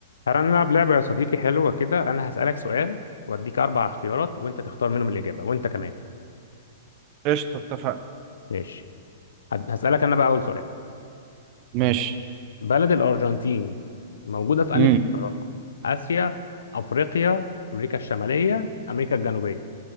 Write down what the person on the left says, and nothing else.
تعالى نلعب لعبة يا صديقي حلوة كده أنا هسألك سؤال وأديك أربع اختيارات وأنت تختار منهم الإجابة وأنت كمان
ماشي هد- هسألك أنا بقى أول سؤال
بلد الأرجنتين موجودة في أنهي
قارة؟ آسيا أفريقيا أمريكا الشمالية أمريكا الجنوبية